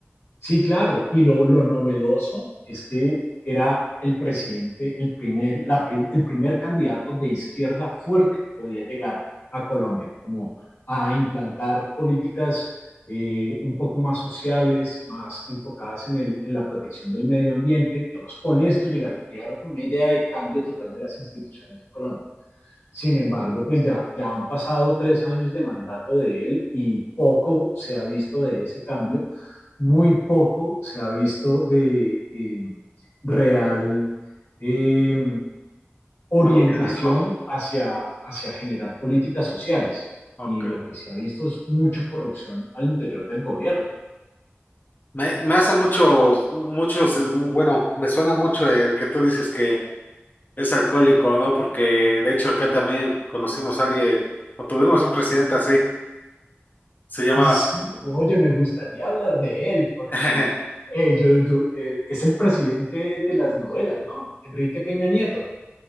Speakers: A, on the left (about 80°); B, on the left (about 45°).
A: Sí, claro. Y lo, lo novedoso es que era el presidente, el primer, la prim- el primer candidato de izquierda fuerte que podía llegar a Colombia, como a implantar políticas eh, un poco más sociales, más enfocadas en, el, en la protección del medio ambiente. Digamos, con esto llegaron, llegaron con una idea de cambio total de las instituciones en Colombia. Sin embargo, pues ya, ya han pasado tres años de mandato de él y poco se ha visto de ese cambio muy poco se ha visto de eh, real eh, orientación
B: por lo que dijo.
A: hacia, hacia generar políticas sociales.
B: Ok.
A: Y lo que se ha visto es mucha corrupción al interior del gobierno.
B: Me, me hace muchos, muchos, eh, mu- bueno, me suena mucho el que tú dices que es alcohólico, ¿no? Porque de hecho acá también conocimos a alguien, o tuvimos un presidente así, se llama,
A: Sí, oye, me gustaría hablar de él porque
B: <laughs>
A: eh, yo, yo, eh, es el presidente de las novelas, ¿no? Enrique Peña Nieto.